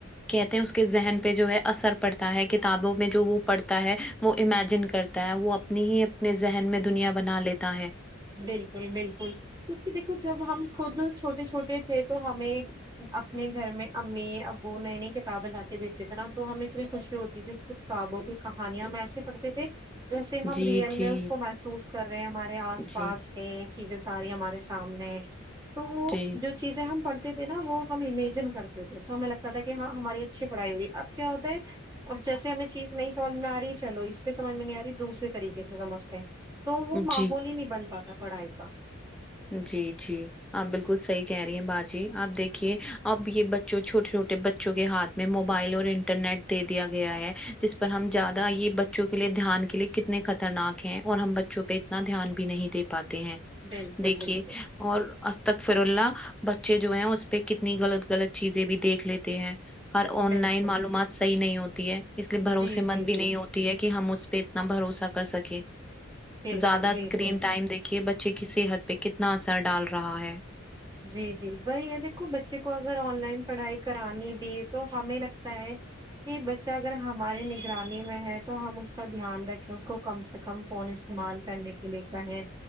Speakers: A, in the centre; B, on the right (about 20°).
A: کہتے ہیں اس کے ذہن پے جو ہے اثر پڑتا ہے کتابوں میں جو وہ پڑتا ہے وہ امیجن کرتا ہے وہ اپنی ہی اپنے ذہن میں دنیا بنا لیتا ہے
B: بالکل بالکل کیونکی دیکھو جب ہم خود چھوٹے چھوٹے تھے تو ہمیں اپنے گھر میں امی ابو نئی نئی کتابیں لا کے دیتے تھے نا تو ہم اتنی خوشی ہوتی تھی کتابوں کی کہانیاں ہم ایسے پڑھتے تھے جیسے ہم
A: جی
B: ریئل
A: جی
B: میں اس کو محسوس کر رہے ہیں ہمارے آس
A: جی
B: یے چیزیں ساری ہمارے سامنے ہے تو
A: جی
B: جو چیزیں ہم پڑتے تھے نا وہ ہم امیجن کرتے تھے تو ہمیں لگ تا تھا کہ ہاں ہماری اچھی پڑھائی ہو رہی اب کیا ہوتا ہے اب جیسے ہمیں چیز نہیں سمجھ میں آ رہی ہے چلو اس پے سمج میں نہیں آ رہی دوسرے طریقے سے سمجھتے ہیں تو وہ ماحول
A: جی
B: ہی نہیں بن پاتا پڑھائی کا
A: جی جی آپ بالکل صحیح کہہ رہی ہیں باجی آپ دیکھیے اب یے بچوں چھوٹے چھوٹے بچوں کے ہاتھ میں موبائل اور انٹرنیٹ دے دیا گیا ہے جس پر ہم زیادہ یے بچوں کے لیے دھیان کے لیے کتنے خطرناک ہیں اور ہم بچوں پے اتنا دھیان بھی نہیں دے پاتے ہیں
B: بالکل
A: دیکھیے
B: بالکل
A: اور استغفر اللہ بچے جو ہیں اس پہ کتنی غلط غلط چیزیں بھی دیکھ لیتے ہیں ہر آن
B: بالکل
A: لائن معلومات صحیح نہیں ہوتی ہے اس لیے بھروسے
B: جی جی
A: مند بھی
B: جی
A: نہیں ہوتی ہے کہ ہم اس پہ اتنا بھروسہ کر سکیں
B: بالکل
A: زیادہ
B: بالکل
A: اسکرین ٹائم دیکھ بچے کی صحت پہ کتنا اثر ڈال رہا ہے
B: جی جی وہی یہ دیکھو بچے کو اگر آن لائن پڑھائی کرانی بھی ہے تو ہمیں لگتا ہے کہ بچہ اگر ہماری نگرانی میں ہے تو ہم اس کا دھیان رکھیں اس کو کم سے کم فون استعمال کرنے کے لیے کریں